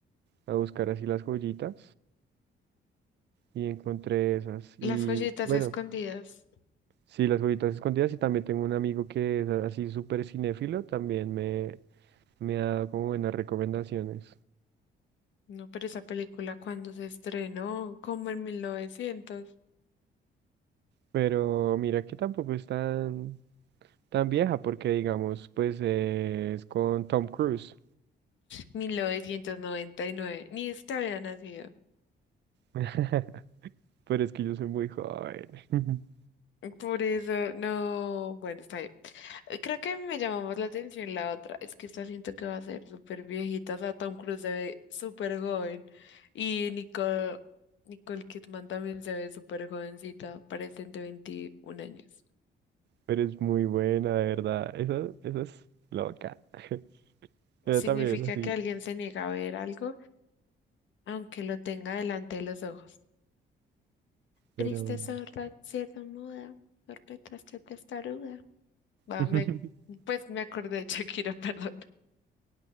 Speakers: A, on the right; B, on the left.
A: a buscar así las joyitas y encontré esas.
B: Las
A: Y
B: joyitas
A: bueno,
B: escondidas.
A: sí, las joyitas escondidas y también tengo un amigo que es así súper cinéfilo, también me, me ha dado como buenas recomendaciones.
B: No, pero esa película cuando se estrenó, como en 1900,
A: Pero mira que tampoco es tan, tan vieja porque digamos, pues eh, es con Tom Cruise.
B: 1999, ni este había nacido.
A: <laughs> Pero es que yo soy muy joven. <laughs>
B: Por eso, no, bueno, está bien. Eh, Creo que me llamó más la atención la otra. Es que esta siento que va a ser súper viejita. O sea, Tom Cruise se ve súper joven. Y Nicole, Nicole Kidman también se ve súper jovencita. Parecen de 21 años.
A: Pero es muy buena, de verdad. Esa, esa es loca. <laughs> Yo
B: Significa
A: también, así,
B: que alguien se niega a ver algo, aunque lo tenga delante de los ojos.
A: pero...
B: Triste sorda, cierto muda, perpetraste testaruda. Ah,
A: <laughs>
B: me, pues me acordé de Shakira, <laughs> perdón.